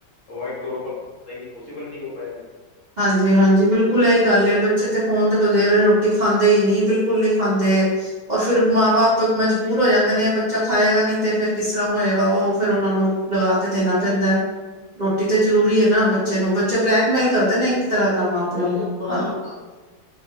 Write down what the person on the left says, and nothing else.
ਅਵਾਈਡ ਕਰੋ ਪਰ ਨਈ-ਨਈ ਪੋਸੀਬਲ ਨੀ ਹੋ ਪਾਏਆ ਹੈ।
ਯਾਨੀ
ਕਿ ਓਵਰਆਲ
ਨਾ